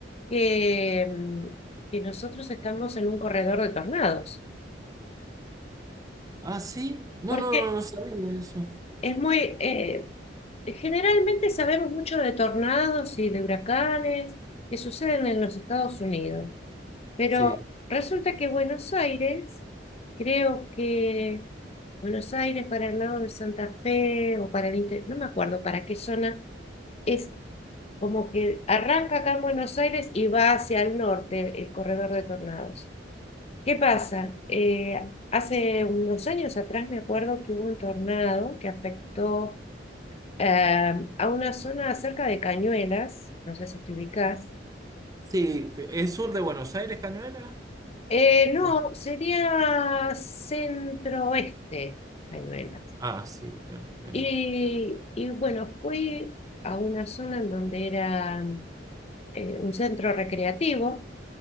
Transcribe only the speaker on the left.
que, mm, que nosotros estamos en un corredor de tornados,
porque
es muy, eh, generalmente sabemos mucho de tornados y de huracanes que suceden en los Estados Unidos, pero
resulta que Buenos Aires, creo que Buenos Aires para el lado de Santa Fe o para el interior, no me acuerdo para qué zona es como que arranca acá en Buenos Aires y va hacia el norte el corredor de tornados. ¿Qué pasa? Eh, hace unos años atrás me acuerdo que hubo un tornado que afectó eh, a una zona cerca de Cañuelas, no sé si te ubicás.
Eh, no,
sería centro-oeste, Cañuelas.
Y, y bueno, fui a una zona en donde era eh, un centro recreativo